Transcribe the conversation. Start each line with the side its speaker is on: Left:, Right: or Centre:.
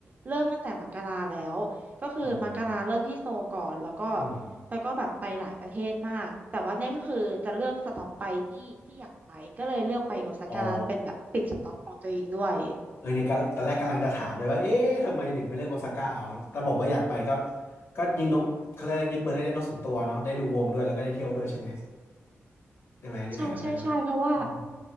Right: เริ่มตั้งแต่มกราแล้วก็คือมกราเริ่มที่โซลก่อนแล้วก็
Left: อืมอืม
Right: แล้วก็แบบไปหลายประเทศมากแต่ว่าเนี่ยก็คือจะเลือกสต็อปไปที่ที่อยากไปก็เลยเลือกไปโอซาก้าเป็นแบบปิดสต็อปของตัวเองด้วย
Left: อ๋อเออเนี่ยกำตอนแรกกำลังจะถามเลยว่าเอ๊ะทำไมถึงไม่เลือกโอซาก้าเอาแต่บอกว่าอยากไปก็ก็ยิงนกเขาเรียกอะไรยิงปืนได้นกสองตัวเนาะได้ดูวงด้วยแล้วก็ได้เที่ยวด้วยใช่ไหมใช่ไหมอันนี่แผนไปแล้วอะอืม
Right: ใช่ใช่ใช่เพราะว่า